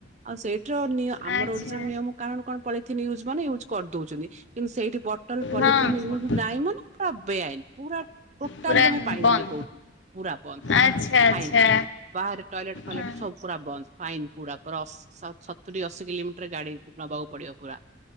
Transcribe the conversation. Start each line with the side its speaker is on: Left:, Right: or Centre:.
Right: ଆଉ ସେଇଠୁ ର ଆମର
Left: ଆଚ୍ଛା
Right: ଓଡିଶାର ନିୟମ। କାରଣ କଣ ପଲିଥିନ୍ ୟୁଜ ମାନେୟୁଜ୍ କରିଦଉଛନ୍ତି କିନ୍ତୁ ସେଇଠି ବଟଲ ପଲିଥିନ୍
Left: ହଁ
Right: ଜ- ନାଇ ମାନ ପୁରା ବେଆଇନି ପୁରା। ଟୋଟାଲି
Left: ପୁରା
Right: ତମେ ପାଇବନି
Left: ବନ୍ଦ
Right: କୋଉଠି। ପୁରା ବନ୍ଦ୍ ହଁ
Left: ଆଚ୍ଛା ଆଚ୍ଛା
Right: ଫାଇନ ବାହାରେ। ଟଏଲେଟ ଫଏଲେଟ
Left: ହଁ
Right: ସୁବୁ ପୁରା ବନ୍ଦ। ଫାଇନ୍ ପୁରା କ୍ରସ। ସତୁରି ଅଶୀ କିଲୋମିଟର ଗାଡି ନବାକୁ ପଡିବ ପୁରା।